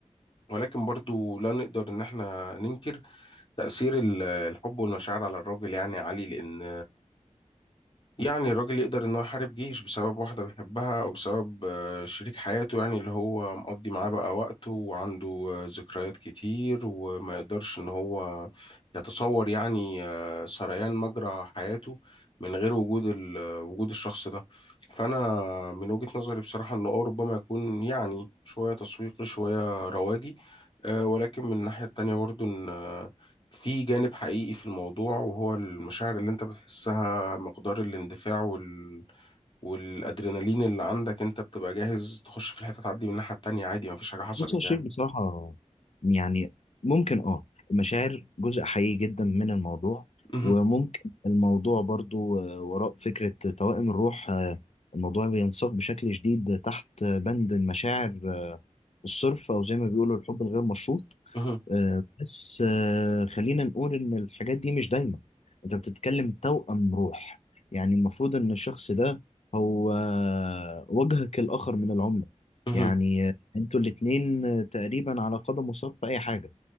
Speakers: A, on the left; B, on the left.
A: ولكن برضو لا نقدر إن إحنا ننكر تأثير ال- الحب والمشاعر على الراجل يعني عالي لأن يعني الراجل يقدر ان هو يحارب جيش بسبب واحدة بيحبها او بسبب آه، شريك حياته يعني اللي هو مقضي معاه بقى وقته وعنده آه، ذكريات كتير وما يقدرش ان هو يتصور يعني آه، سريان مجرى حياته من غير وجود ال- آه، وجود الشخص ده فانا من وجهة نظري بصراحة انه اه ربما يكون يعني شوية تسويقي شوية رواجي آه، ولكن من الناحية التانية برضو ان آه، في جانب حقيقي في الموضوع وهو المشاعر اللي انت بتحسها مقدار الاندفاع وال... والادرينالين اللي عندك انت بتبقى جاهز تخش في الحته تعدي من الناحيه التانيه عادي مفيش حاجه حصلت
B: بص يا شيخ
A: يعني
B: بصراحة يعني ممكن اه المشاعر جزء حقيقي جدا من الموضوع
A: مهم.
B: وممكن الموضوع برضو آه، وراء فكرة توائم الروح آه، الموضوع بينساق بشكل شديد تحت بند المشاعر آه، الصرف أو زي ما بيقولوا الحب الغير مشروط
A: مهم.
B: آه، بس آه، خلينا نقول إن الحاجات دي مش دايما أنت بتتكلم توأم روح يعني المفروض إن الشخص ده هو آه، وجهك الآخر من العملة
A: مهم.
B: يعني آه، أنتوا الاتنين آه، تقريبا على قدم وساق في أي حاجة